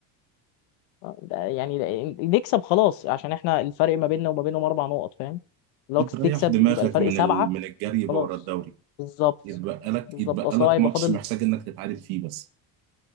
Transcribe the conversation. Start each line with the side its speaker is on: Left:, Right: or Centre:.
Left: ده يعني نكسب خلاص عشان احنا الفرق ما بيننا وما بينهم اربع نقط فاهم لو
Right: انت
Left: تكسب
Right: ريح دماغك
Left: يبقى الفرق
Right: من
Left: سبعه
Right: ال... من الجري بقى
Left: خلاص
Right: ورا الدوري
Left: بالظبط
Right: يتبقى لك
Left: بالظبط
Right: يتبقى
Left: اصل
Right: لك
Left: هو هيبقى
Right: ماتش
Left: فاضل
Right: محتاج انك تتعادل فيه بس